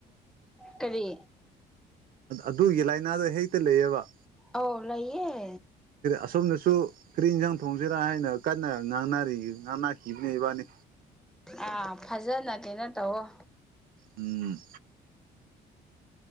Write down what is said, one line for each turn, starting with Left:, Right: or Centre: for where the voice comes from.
Centre: ꯀꯔꯤ
Right: ꯑꯗꯨꯒꯤ ꯂꯥꯏꯅꯥꯗ ꯍꯦꯛꯇ ꯂꯩꯌꯦꯕ
Centre: ꯍꯥꯎ ꯂꯩꯌꯦ
Right: ꯑꯁꯣꯝꯅꯁꯨ ꯀꯔꯤ ꯏꯟꯁꯥꯡ ꯊꯣꯡꯁꯤꯔꯥ ꯍꯥꯏꯅ ꯀꯟꯅꯥ ꯉꯥꯡꯅꯔꯤ ꯉꯥꯡꯅꯈꯤꯕꯥꯅꯦ ꯏꯕꯥꯟꯅꯤ
Centre: ꯑꯥ ꯐꯖꯥꯅ ꯀꯩꯅꯣ ꯇꯧꯑꯣ
Right: ꯑꯝ